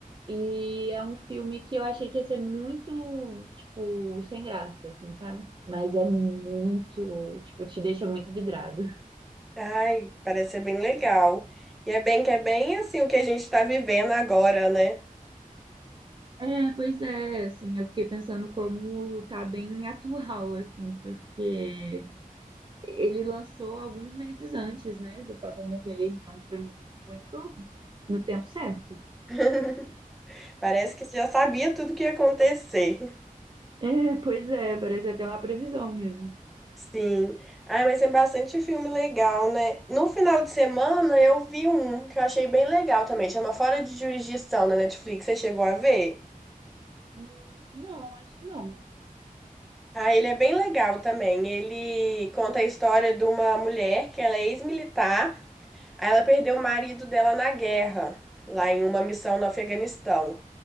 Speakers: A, on the right (about 30°); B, in the centre.
A: E é um filme que eu achei que ia ser muito, tipo, sem graça, assim, sabe? Mas é muito, tipo, te deixa muito vidrado.
B: Ai, parece ser bem legal. E é bem que é bem assim o que a gente tá vivendo agora, né?
A: É, pois é, assim, eu fiquei pensando como tá bem atual, assim, porque ele lançou alguns meses antes, né, do Papa morrer, então foi muito no tempo certo.
B: <laughs> Parece que já sabia tudo que ia acontecer.
A: É, pois é, parece até uma previsão mesmo.
B: Sim. Ah, mas tem bastante filme legal, né? No final de semana eu vi um que eu achei bem legal também, chama Fora de Jurisdição na Netflix. Você chegou a ver?
A: Hum, Não, acho que não.
B: Ah, ele é bem legal também. Ele conta a história de uma mulher que ela é ex-militar, aí ela perdeu o marido dela na guerra, lá em uma missão no Afeganistão.